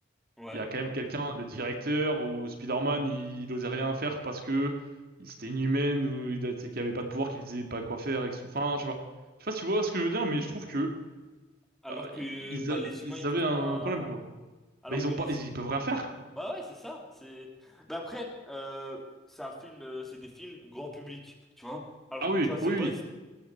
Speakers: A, in the centre; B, on the right.
A: Ouais.
B: il y a quand même quelqu'un, le directeur ou Spider-Man, il, il osait rien faire parce que il- c'était inhumaine ou il, c'est qu'il avait pas de pouvoir, qu'il disait pas quoi faire et que tout. Enfin, je sais pas. Je sais pas si tu vois ce que je veux dire, mais je trouve que
A: Alors
B: euh,
A: que
B: ils,
A: bah
B: a-
A: les
B: ils
A: humains ils peuvent
B: avaient un
A: pas.
B: problème quoi.
A: Alors
B: Ben ils
A: que
B: ont
A: les.
B: pas, ils,
A: hum-,
B: ils peuvent rien faire quoi.
A: Bah ouais, c'est ça. C'est. Mais après, euh, c'est un film, euh, c'est des films grand public, tu vois. Alors
B: Ah
A: que
B: oui,
A: tu vois The
B: oui,
A: Boys,
B: oui.